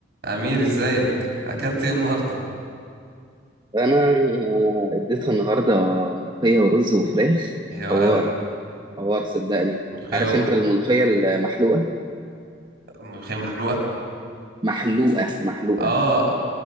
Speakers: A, on the right; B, on the right.
A: أمير ازيك أكلت ايه النهاردة
B: انا اديتها النهارده ملوخيه ورز وفراخ
A: يا
B: حوار
A: ولد
B: حوار صدقني
A: ملوخية
B: عارف
A: و...
B: انت الملوخيه المحلوقه
A: ملوخية محروقة
B: محلوقه محلوقه
A: اه